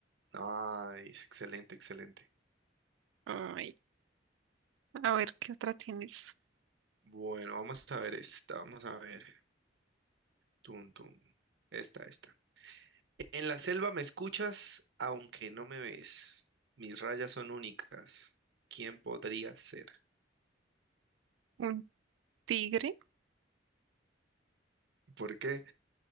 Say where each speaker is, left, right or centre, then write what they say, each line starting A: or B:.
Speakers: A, on the right; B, on the right.
A: Nice, excelente, excelente.
B: Ay, a ver, ¿qué otra tienes?
A: Bueno, vamos a ver esta, vamos a ver. Tum, tum. Esta, esta. En la selva me escuchas, aunque no me ves. Mis rayas son únicas. ¿Quién podría ser?
B: ¿Un tigre?
A: ¿Por qué?